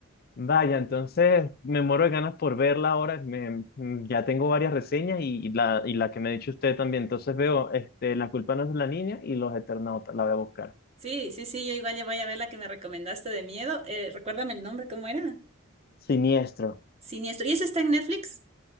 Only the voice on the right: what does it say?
Sí, sí, sí, yo igual ya voy a ver la que me recomendaste de miedo. Eh, recuérdame el nombre, ¿cómo era?
Siniestro. ¿Y esa está en Netflix?